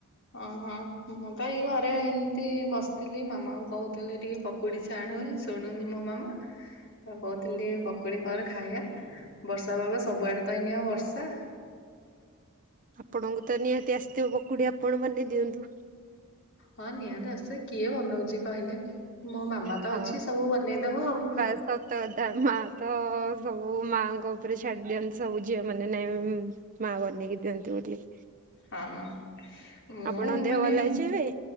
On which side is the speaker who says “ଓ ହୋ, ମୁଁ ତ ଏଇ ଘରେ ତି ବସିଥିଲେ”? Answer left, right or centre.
Left